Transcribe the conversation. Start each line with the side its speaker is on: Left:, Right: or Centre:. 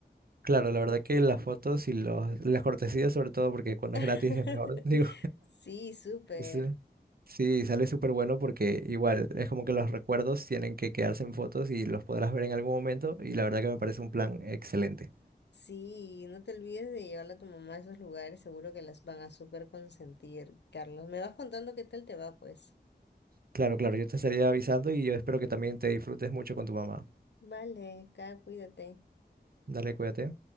Right: Claro, la verdad que las fotos y los, las cortesías sobre todo, porque cuando
Left: <laughs>
Right: es gratis es mejor, <laughs> digo.
Left: Sí, súper.
Right: Ese- Sí, sale súper bueno porque igual es como que los recuerdos tienen que quedarse en fotos y los podrás ver en algún momento y la verdad que me parece un plan excelente.
Left: Sí, no te olvides de llevarla a tu mamá a esos lugares, seguro que las van a súper consentir. Carlos, me vas contando qué tal te va, pues.
Right: Claro, claro, yo te estaría avisando y yo espero que también te disfrutes mucho con tu mamá.
Left: Vale, Kat, cuídate.
Right: Dale, cuídate.